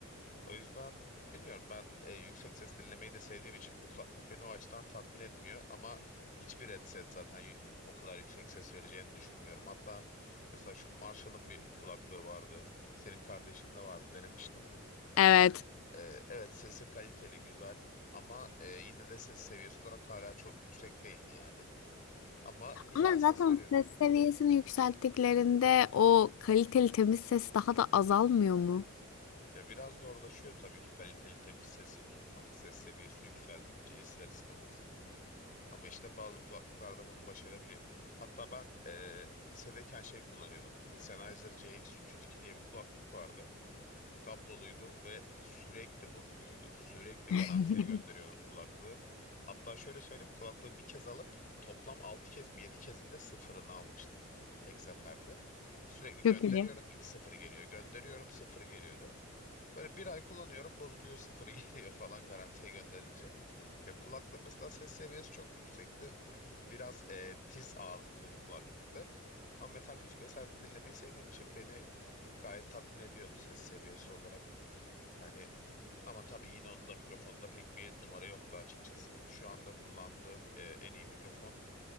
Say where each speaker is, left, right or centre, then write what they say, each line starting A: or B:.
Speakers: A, on the left; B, on the left.
A: O yüzden bilmiyorum ben e, yüksek ses dinlemeyi de sevdiğim için bu kulaklık beni o açıdan tatmin etmiyor ama hiçbir headset zaten y- o kadar yüksek ses vereceğini düşünmüyorum. Hatta mesela şu Marshall'ın bir kulaklığı vardı. Senin kardeşinde vardı denemiştim.
B: Evet.
A: Ee, evet sesi kaliteli, güzel ama e, yine de ses seviyesi olarak hala çok yüksek değildi yani. Ama güzel
B: Ama
A: ses
B: zaten
A: veriyordu.
B: ses seviyesini yükselttiklerinde o kaliteli temiz ses daha da azalmıyor mu?
A: Ya biraz zorlaşıyor tabii ki kaliteli temiz sesi tutmak. Ses seviyesi yükseldikçe ister istemez. Ama işte bazı kulaklıklarda bunu başarabiliyor. Hatta ben e, lisedeyken şey kullanıyordum. Sennheiser CX302 diye bir kulaklık vardı. kabloluydu ve sürekli bozuluyordu. Sürekli
B: <laughs>
A: garantiye gönderiyordum kulaklığı. Hatta şöyle söyleyeyim kulaklığı bir kez alıp toplam 6 kez mi 7 kez mi de sıfırını almıştım tek seferde. Sürekli
B: Çok
A: gönderiyorum
B: iyi.
A: sıfırı geliyor. Gönderiyorum sıfırı geliyordu. Böyle bir ay kullanıyorum bozuluyor sıfırı <laughs> geliyor falan garantiye gönderince. Ya kulaklığı mesela ses seviyesi çok yüksekti. <clears throat> Biraz e, tiz ağırlıklı bir kulaklıktı. Ama metal müzik vesaire de dinlemeyi sevdiğim için beni gayet tatmin ediyordu ses seviyesi olarak. Yani ama tabii yine onun da mikrofonda pek bir numara yoktu açıkçası. Şu anda kullandığım e, en iyi mikrofon,